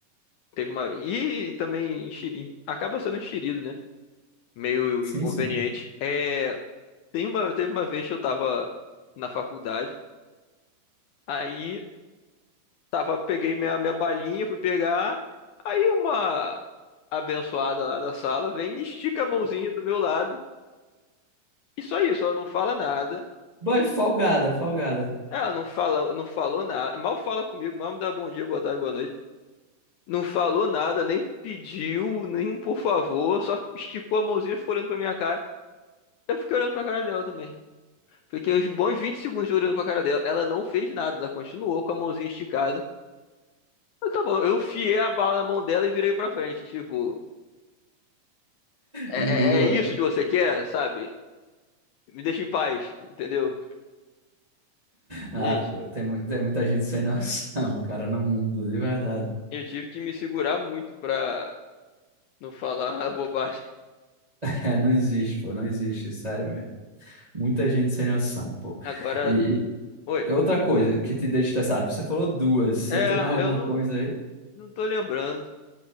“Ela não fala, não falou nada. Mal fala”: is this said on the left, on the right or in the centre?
Left